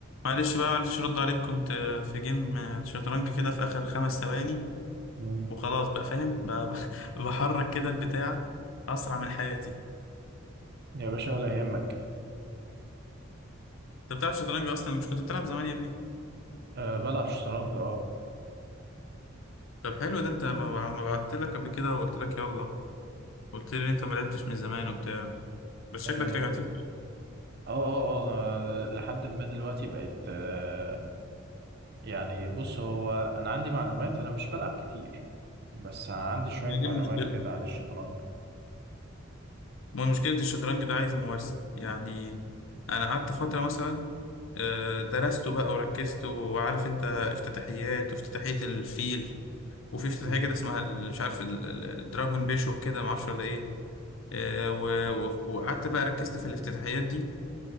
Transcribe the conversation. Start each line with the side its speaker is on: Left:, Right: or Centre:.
Left: معلش بقى معلش رد عليك كنت آه، في جيم آه، شطرنج كده في آخر خمس ثواني
Right: مم.
Left: وخلاص بقى فاهم بقى <laughs> بحرك كده البتاع أسرع من حياتي
Right: يا باشا ولا يهمك
Left: أنت بتلعب شطرنج أصلا مش كنت بتلعب زمان يا ابني
Right: أه بلعب شطرنج اه
Left: طب حلو ده أنت ما ما بعتلك قبل كده وقلت لك يلا قلت لي إن أنت ما لعبتش من زمان وبتاع بس شكلك
Right: اه
Left: رجعت لي.
Right: اه اه آه، انا لحد ما دلوقتي بقيت أه يعني بص هو انا عندي معلومات انا مش بلعب كتير بس عندي شوية
Left: يعني دي
Right: معلومات
Left: المشكلة
Right: كده عن الشطرنج
Left: ما مشكلة الشطرنج ده عايز ممارسة يعني أنا قعدت فترة مثلا آه، درسته بقى وركزت وعارف أنت افتتاحيات وافتتاحية الفيل وفي افتتاحية
Right: مم.
Left: كده اسمها ال- مش عارف ال- ال- الدراجون بيشوب كده معرفش ولا إيه آه، و- و- وقعدت بقى ركزت في الافتتاحيات دي